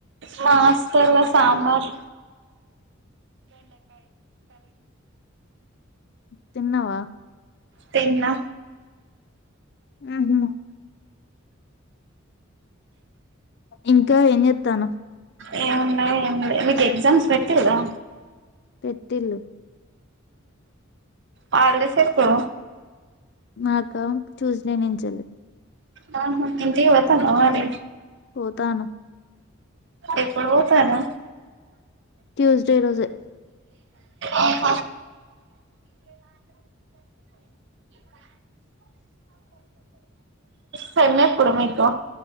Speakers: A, on the right; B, on the left.
A: మా ఆస్టల్ల సాంబార్
B: తిన్నవా
A: తిన్న
B: ఉహూ ఇంకా ఏం చేస్తున్నావ్
A: ఏమున్నాయి ఏమున్నా మీకు ఎగ్జామ్స్ పెట్టే కదా
B: పెట్టిన్లు
A: హాలిడేస్ ఎప్పు
B: మాకా చూస్డే నించలే
A: ఆ ఇంటికి పోతనవ మరి
B: పోతాను
A: ఎప్పుడు పోతనా
B: ట్యూస్డే రోజే
A: అహ సేమ్ ఎప్పుడు మీకు